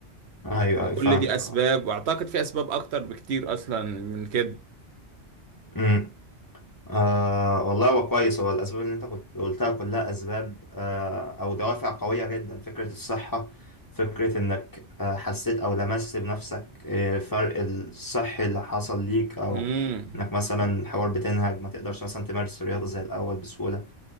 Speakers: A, on the left (about 20°); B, on the right (about 65°).
A: أيوه
B: فكل
A: أيوه فاهمك
B: دي اسباب واعتقد في اسباب اكتر بكتير اصلا من كده
A: أه. آه والله هو كويس هو الأسباب اللي أنت كنت قلتها كلها أسباب آه أو دوافع قوية جدا فكرة الصحة فكرة إنك آه حسيت أو لمست بنفسك آه فرق الصحي اللي حصل ليك أو
B: امم
A: إنك مثلا الحوار بتنهج ما تقدرش مثلا تمارس الرياضة زي الأول بسهولة